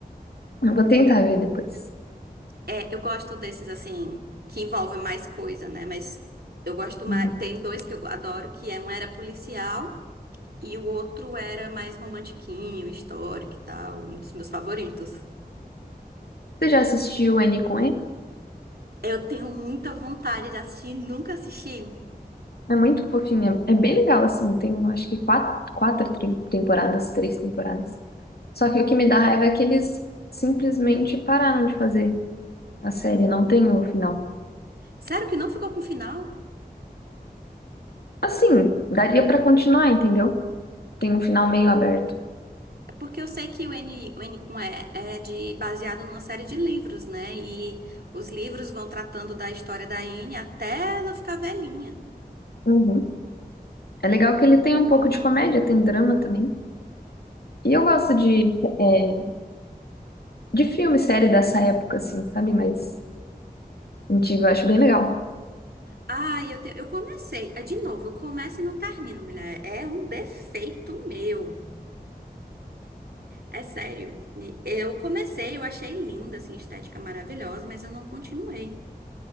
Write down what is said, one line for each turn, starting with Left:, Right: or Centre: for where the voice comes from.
Left: Eu vou tentar ver depois.
Right: É, eu gosto desses, assim, que envolvem mais coisa, né? Mas eu gosto mais.
Left: Uhum.
Right: Tem dois que eu adoro, que é um era policial e o outro era mais romantiquinho, histórico e tal, um dos meus favoritos.
Left: Você já assistiu N com E?
Right: Eu tenho muita vontade de assistir, nunca assisti.
Left: É muito fofinha. É bem legal, assim. Tem, eu acho que quatro, quatro tri- temporadas, três temporadas. Só que o que me dá raiva é que eles simplesmente pararam de fazer a série. Não tem o final.
Right: Sério que não ficou com final?
Left: Assim, daria pra continuar, entendeu? Tem um final meio aberto.
Right: É Porque eu sei que o N, o N com E é de, baseado numa série de livros, né? E os livros vão tratando da história da N até ela ficar velhinha.
Left: Uhum. É legal que ele tem um pouco de comédia, tem drama também. E eu gosto de é, de filme, série dessa época, assim, sabe? Mas antigo, eu acho bem legal.
Right: Ah, eu, te- eu comecei. Ah, De novo, eu começo e não termino, mulher. É um defeito meu. É sério. E Eu comecei, eu achei linda, assim, estética maravilhosa, mas eu não continuei.